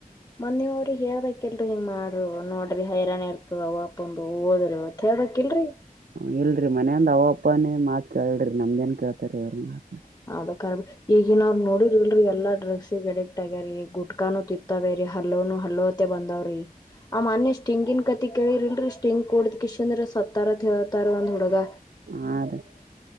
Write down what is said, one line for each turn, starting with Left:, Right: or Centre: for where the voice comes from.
Left: ಮನಿವ್ರಿ ಹೇಳ್ಬೇಕಿಲ್ರಿ ಮಾಡ್ರರು ನೋಡ್ರಿ ಹೈರಾಣ ಇರ್ತದ ಒಾಪೊಂಡು ಓದತ್ ಹ ಹೇಳದಕಿಲ್ರರಿ
Right: ಹ ಇಲ್ರಿ ಮನೇಂದ ಅವ ಅಪ್ಪಾನೇ ಮಾತ್ ಕೇಳ್ರಿ ನಮ್ದೇನ್ ಕೇಳ್ತಾರೀ ಅವ್ರ ಮಾತ್
Left: ಹೌದ ಕಬ ಈಗಏನ ಅವ್ರರು ನೋಡಿರ್ಲ್ರಿ ಎಲ್ಲಾ ಡ್ರಗ್ಸಿಗೆ ಅಡಿಕ್ಟ್ ಆಗ್ಯೀ ಗುಟ್ಕಾನು ತಿತ್ತಾವೇರಿ ಹಲ್ಲೋನು ಹಲ್ಲೋತ್ತ ಬಂದಾವ್ರಿ ಆ ಮೊನ್ಯಷ್ಟ್ಟಿಂಗಿನ್ ಕತಿ ಕೇಳಿರಿನ್ರೀ ಸ್ಟಿಂಗ್ ಕೂಡದ್ ಕ ಇಶಂದ್ರ ಸತ್ತಾರೇತಾರಂದ ಹುಳಗ
Right: ಹಾ ರೀ